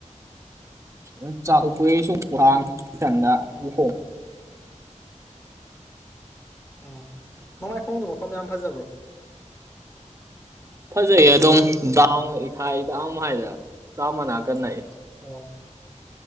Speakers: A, on the right; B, on the left.
A: ꯎ ꯆꯥꯛꯀꯄꯨ ꯁꯨꯝ ꯎꯍꯥꯡ ꯏꯊꯟꯗ ꯎꯍꯣꯡ
B: ꯎꯝ ꯅꯃꯥꯏꯈꯣꯡꯗꯣ ꯃꯐꯝ ꯌꯥꯝ ꯐꯖꯕ꯭ꯔꯣ
A: ꯐꯖꯩꯌꯦ ꯑꯗꯨꯝ ꯗꯥꯎ ꯏꯊꯥꯏꯗꯥꯎꯝ ꯍꯥꯏꯗꯅ ꯗꯥꯝ ꯃꯅꯥ ꯀꯟꯅꯛꯑ
B: ꯑꯣ